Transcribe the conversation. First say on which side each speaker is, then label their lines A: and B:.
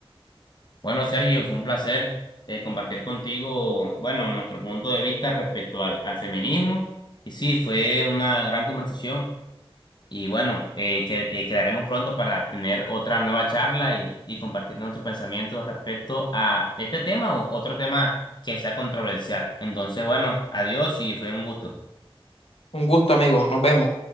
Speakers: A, on the left (about 50°); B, on the left (about 80°).
A: Bueno, Sergio, fue un placer eh, compartir contigo, bueno, nuestro punto de vista respecto al, al feminismo. Y sí, fue una gran conversación. Y bueno, eh, que, eh, quedaremos pronto para tener otra nueva charla y, y compartir nuestros pensamientos respecto a este tema o otro tema que sea controversial. Entonces, bueno, adiós y fue un gusto.
B: Un gusto, amigo. Nos vemos.